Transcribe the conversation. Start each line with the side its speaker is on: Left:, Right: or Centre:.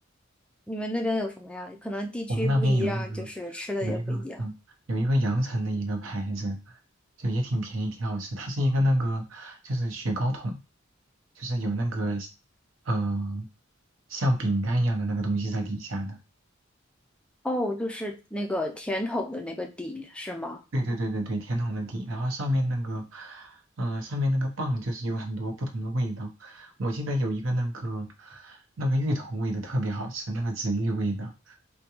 Centre: 你们那边有什么呀？可能地区不一样，
Right: 我们那边有那个
Centre: 就是吃的也不一样。
Right: 有一个嗯有一个阳城的一个牌子，就也挺便宜，挺好吃。它是一个那个就是雪糕筒，就是有那个呃像饼干一样的那个东西在底下的。
Centre: 哦，就是那个甜筒的那个底，是吗？
Right: 对对对对对，甜筒的底，然后上面那个呃上面那个棒就是有很多不同的味道。我记得有一个那个那个芋头味的特别好吃，那个紫芋味的。